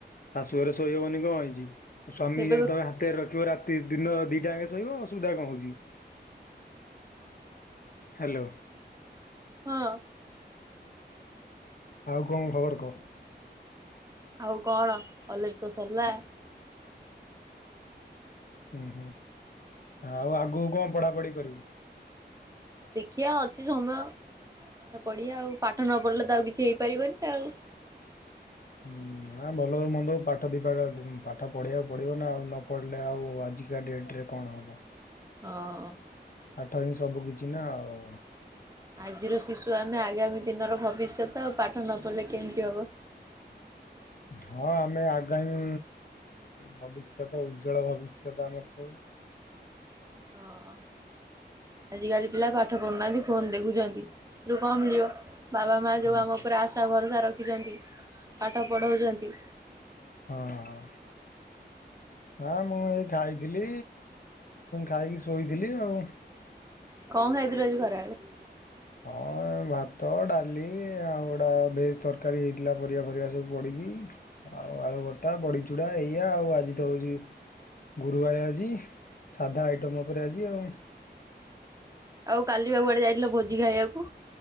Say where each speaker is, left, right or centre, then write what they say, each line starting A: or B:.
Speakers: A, on the left; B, on the right.
A: ଶାଶୁ ଘରେ ଶୋଇହବନି କଣ ହେଇଛି ସ୍ଵାମୀ
B: ଏବେ
A: ଯଦି ତମେ ହାତରେ ରଖିବ ରାତି ଦି ଦିନ ଦିଟା ଯାକ ଶୋଇବ ଅସୁବିଧା କଣ ହଉଛି ହେଲୋ
B: ହଁ
A: ଆଉ କଣ ଖବର କହ?
B: ଆଉ କଣ କଲେଜ ତ ସରିଲା
A: ହୁଁ ହୁଁ ଆଉ ଆଗକୁ କଣ ପଢାପଢି କରିବୁ?
B: ଦେଖିବା ଅଛି ସମୟ ପାଠ ପଢିବା ଆଉ ପାଠ ନ ପଢିଲେ ତ ଆଉ କିଛି ହେଇପାରିବନି ଆଉ
A: ହଁ ହଁ ଭଲ ହଉ ମନ୍ଦ ହଉ ପାଠ ଦି ପାଠ ପଢିବାକୁ ପଡିବ ନା ଆଉ ନ ପଢିଲେ ଆଉ ଆଜି ଆଜିକା ଡେଟ ରେ କଣ ହେବ?
B: ହଁ
A: ପାଠ ହିଁ ସବୁ କିିଛି ନା ଆଉ?
B: ଆଜିର ଶିଶୁ ଆମେ ଆଗାମୀ ଦିନର ଭବିଷ୍ୟତ ଆଉ ପାଠ ନ ପଢ଼ିଲେ କେମତି ହବ।
A: ହଁ ଆମେ ଆଗାମୀ ଭବିଷ୍ୟତ ଉଜ୍ଜଳ ଭବିଷ୍ୟତ ଆମର ସବୁ
B: ହଁ ଆଜିକାଲି ପିଲା ପାଠ ପଢୁନାହାନ୍ତି ଫୋନ ଦେଖୁଛନ୍ତି ସେଥିରୁ କଣ ମିଳିବ। ବାବା ମା ଯଉ
A: ହଁ
B: ଆମ ଉପରେ ଆଶା ଭରସା ରଖିଛନ୍ତି ପାଠ ପଢ଼ାଉଛନ୍ତି।
A: ହଁ ହଁ ମୁଁ ଏଇ ଖାଇଥିଲି ଖାଇକି ଶୋଇଥିଲି ଆଉ
B: କଣ ଖାଇଥିଲୁ ଆଜି ଖରା ବେଳେ?
A: ଅ ଏ ଭାତ ଡାଲି ଆଉ ଗୁଡ଼ା ଭେଜ୍ ତରକାରୀ ହେଇଥିଲା ପରିବା ଫରିବା ସବୁ ପଡ଼ିକି ଆଉ ଆଳୁ ଭର୍ତ୍ତା ବଡ଼ିଚୁଡ଼ା ଏଇଆ ଆଉ ଆଜି ତ ହଉଛି‌ ଗୁରୁବାରେ ଆଜି ସାଧା ଆଇଟମ୍ ଉପରେ ଆଜି ଆଉ
B: ଆଉ କାଲିି ବା କୁଆଡ଼େ ଯାଇଥିଲ ଭୋଜି ଖାଇବାକୁ।